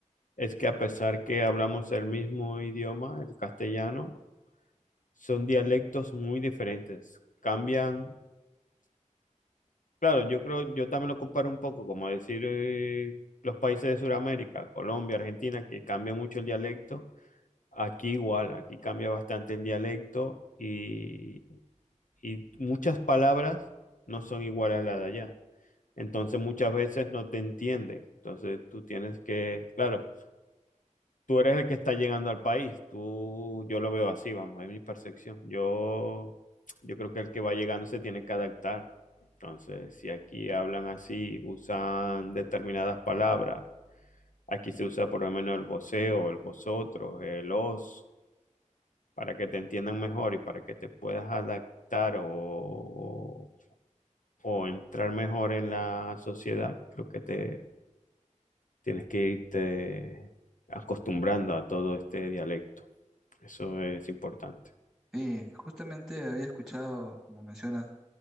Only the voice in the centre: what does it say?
Sí, justamente había escuchado, como mencionas,